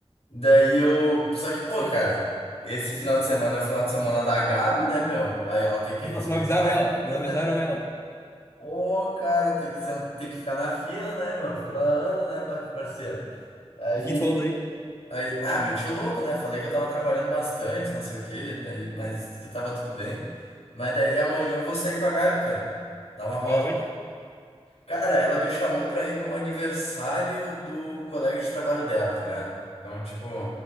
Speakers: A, on the left; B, on the left.
A: Daí eu, só que, pô,
B: Sim.
A: cara, esse final de semana é o final de semana da Gabi, né, meu? Aí ela tem que
B: Não,
A: respeitar
B: não avisaram
A: a
B: ela,
A: agenda,
B: não avisaram
A: né?
B: ela.
A: Ô, cara, tem que, sen- tem que ficar na fila, né, meu? Fila anda, né, par- parceiro? Aí.
B: E que tu falou daí?
A: Aí, ah, meti o louco, né? Falei que eu tava trabalhando bastante, não sei o quê, daí, mas que tava tudo bem. Mas daí amanhã eu vou sair com a Gabi, cara. Dar uma volta.
B: Vai aonde?
A: Cara, ela me chamou pra ir no aniversário do colega de trabalho dela, tá ligado? Então, tipo,